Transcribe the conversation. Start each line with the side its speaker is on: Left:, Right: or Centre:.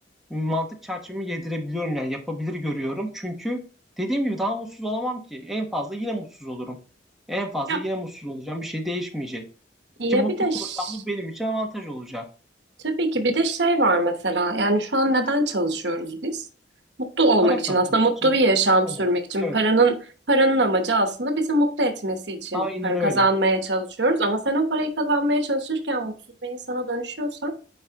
Centre: mantık çerçevemi yedirebiliyorum yani yapabilir görüyorum. Çünkü dediğim gibi daha mutsuz olamam ki. En fazla yine mutsuz olurum. En fazla
Right: Ya
Centre: yine mutsuz olacağım. Bir şey değişmeyecek.
Right: Ya
Centre: Ki mutlu
Right: bir de ş-
Centre: olursam da benim için avantaj olacak.
Right: Tabii ki bir de şey var mesela yani şu an neden çalışıyoruz biz? Mutlu olmak
Centre: Para
Right: için
Centre: kazanmak
Right: aslında mutlu
Centre: için
Right: bir yaşam
Centre: mutlu
Right: sürmek
Centre: olmak.
Right: için
Centre: Evet.
Right: paranın paranın amacı aslında bizi mutlu etmesi için
Centre: Aynen
Right: para
Centre: öyle.
Right: kazanmaya çalışıyoruz ama sen o parayı kazanmaya çalışırken mutsuz bir insana dönüşüyorsan